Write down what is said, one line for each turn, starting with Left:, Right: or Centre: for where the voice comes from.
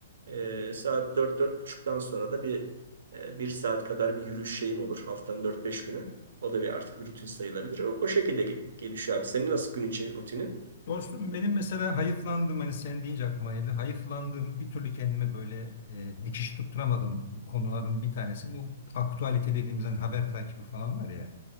Right: E, saat dört dört buçuktan sonra da bir e, bir saat kadar bir yürüyüş şeyim olur. Haftanın dört beş günü. O da bir artık bir rutin sayılabilir. O, o şekilde ge- gelişiyor abi. Senin nasıl gün içi rutinin?
Left: Dostum benim mesela hayıflandığım hani sen deyince aklıma geldi. Hayıflandığım bir türlü kendime böyle e, dikiş tutturamadığım konuların bir tanesi bu aktualite dediğimiz hani haber takibi falan var ya.